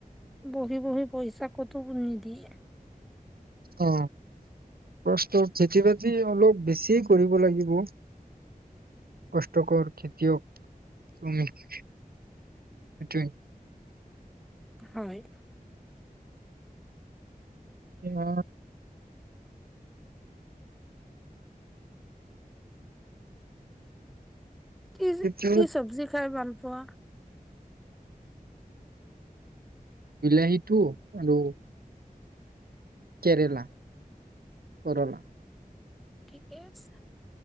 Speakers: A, in the centre; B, on the right.
A: বহি বহি পইচা কতো নিদিয়ে
B: অ কষ্ট খেতি বাতি অলপ বেছিয়ে কৰিব লাগিব কষ্টকৰ খেতিয়ক উম সেইটোৱে
A: হয়
B: আ
A: কি
B: খেতি
A: কি চব্জি খাই ভাল ৱাহ
B: বিলাহীটো আৰু কেৰেলা কৰেলা
A: ঠিকে আছে